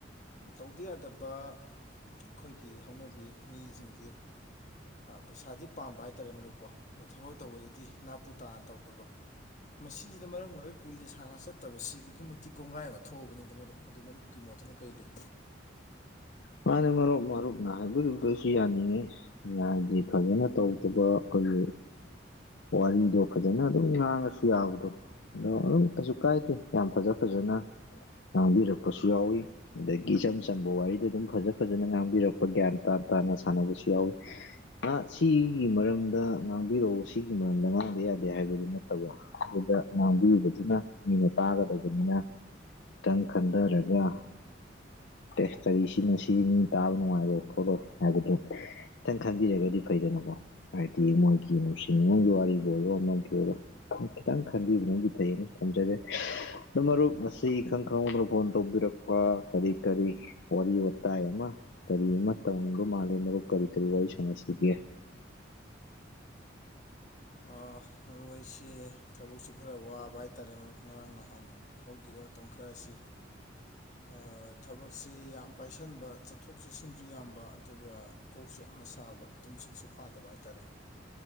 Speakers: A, on the left; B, on the left.
A: ꯇꯧꯗ ꯌꯥꯗꯕ ꯑꯩꯈꯣꯏꯒꯤ ꯍꯧꯅꯕꯤ ꯃꯤꯁꯤꯡꯁꯦ ꯑꯥ ꯄꯩꯁꯥꯗꯤ ꯄꯥꯝꯕ ꯍꯥꯏꯇꯥꯔꯦ ꯃꯗꯨꯀꯣ ꯑ ꯊꯕꯛ ꯇꯧꯕꯗꯗꯤ ꯅꯥꯄꯨ ꯇꯥꯅ ꯇꯧꯗꯕ ꯃꯁꯤꯁꯤꯅ ꯃꯔꯝ ꯑꯣꯏꯔꯒ ꯀꯨꯏꯅ ꯁꯥꯡꯉ ꯆꯠꯇꯕꯕꯁꯤ ꯑꯗꯨꯛꯀꯤ ꯃꯇꯤꯛ ꯀꯣꯡꯒꯥꯏ ꯑꯃ ꯊꯣꯛꯑꯕꯅꯤ ꯃꯔꯨꯞ ꯃꯔꯨꯞꯀꯤ ꯣꯅ ꯀꯩ ꯂꯩ
B: ꯃꯥꯅꯦ ꯃꯔꯨꯞ ꯃꯔꯨꯞꯅ ꯍꯥꯏꯕꯤꯔꯨꯗꯣꯏꯁꯨ ꯌꯥꯅꯤꯡꯉꯤ ꯌꯥꯗꯤ ꯐꯖꯅ ꯇꯧꯗꯕ ꯑꯩꯈ ꯋꯥꯔꯤꯗꯣ ꯐꯖꯅ ꯑꯗꯨꯝ ꯉꯥꯡꯉꯁꯨ ꯌꯥꯕꯗꯣ ꯑꯗꯣ ꯑꯗꯨꯝ ꯀꯩꯁꯨ ꯀꯥꯏꯗꯦ ꯌꯥꯝ ꯐꯖ ꯐꯖꯅ ꯉꯥꯡꯕꯤꯔꯛꯄꯁꯨ ꯌꯥꯎꯋꯤ ꯑꯗꯒꯤ ꯏꯆꯝ ꯆꯝꯕ ꯋꯥꯔꯤꯗꯤ ꯑꯗꯨꯝ ꯐꯖ ꯐꯖꯅ ꯉꯥꯡꯕꯤꯔꯛꯄ ꯒ꯭ꯌꯥꯟ ꯇꯥꯝ ꯇꯥꯅ ꯁꯥꯟꯅꯕꯁꯨ ꯌꯥꯎꯋꯤ ꯑ ꯁꯤꯒꯤ ꯃꯔꯝꯗ ꯉꯥꯡꯕꯤꯔꯑꯣ ꯁꯤꯒꯤ ꯃꯔꯝꯗ ꯉꯥꯡꯗ ꯌꯥꯗꯦ ꯍꯥꯏꯕꯗꯨ ꯅꯠꯇꯕ ꯑꯗꯨꯗ ꯉꯥꯡꯕꯤꯕꯗꯨꯅ ꯃꯤꯅ ꯀꯥꯒꯗꯕꯅꯤ ꯌꯥ ꯈꯤꯇꯪ ꯈꯟꯗꯔꯒ
A: <inaudible>
B: ꯔꯦ ꯀꯔꯤ ꯁꯤꯅ ꯁꯤ ꯃꯤ ꯇꯥꯕ ꯅꯨꯡꯉꯥꯏꯔꯣ ꯈꯣꯠꯂꯣ ꯍꯥꯏꯕꯗꯣ ꯈꯤꯇꯪ ꯈꯟꯕꯤꯔꯒꯗꯤ ꯐꯩꯗꯅꯀꯣ ꯍꯥꯏꯗꯤ ꯃꯣꯏꯒꯤ ꯁꯤ ꯅꯨꯡꯒꯤ ꯋꯥꯔꯤꯕꯨ ꯑꯣꯏꯔꯣ ꯑꯃꯒꯤ ꯑꯣꯏꯔꯣ ꯈꯤꯇꯪ ꯈꯟꯕꯤꯕꯅꯗꯤ ꯐꯩꯌꯦꯅ ꯊꯝꯖꯒꯦ ꯑꯗꯨ ꯃꯔꯨꯞ ꯉꯁꯤ ꯏꯈꯪ ꯈꯪꯍꯧꯗ ꯐꯣꯟ ꯇꯧꯕꯤꯔꯛꯄ ꯀꯔꯤ ꯀꯔꯤ ꯋꯥꯔꯤ ꯋꯥꯇꯥꯏ ꯑꯃ ꯀꯔꯤ ꯑꯃ ꯇꯧꯅꯤꯡꯕ ꯃꯥꯜꯂꯤ ꯃꯔꯨꯞ ꯀꯔꯤ ꯀꯔꯤ ꯋꯥꯔꯤ ꯁꯥꯟꯅꯁꯤꯒꯦ
A: ꯑ ꯃꯔꯨ ꯑꯩꯁꯤ ꯊꯕꯛꯁꯨ ꯈꯔ ꯋꯥꯕ ꯍꯥꯏꯇꯥꯔꯦ ꯃꯔꯨꯞ ꯉꯔꯥꯡ ꯅꯍꯥꯟ ꯍꯧꯒꯤꯕ ꯃꯇꯝ ꯈꯔ ꯁꯤ ꯑ ꯊꯕꯛꯁꯤ ꯌꯥꯝ ꯄꯥꯏꯁꯤꯟꯕ ꯆꯠꯊꯣꯛ ꯆꯠꯁꯤꯟꯁꯨ ꯌꯥꯝꯕ ꯑꯗꯨꯒ ꯀꯣꯛꯁꯤ ꯌꯥꯝꯅ ꯁꯥꯕ ꯇꯨꯝꯁꯤꯠꯁꯨ ꯐꯥꯗꯕ ꯍꯥꯏꯇꯥꯔꯦ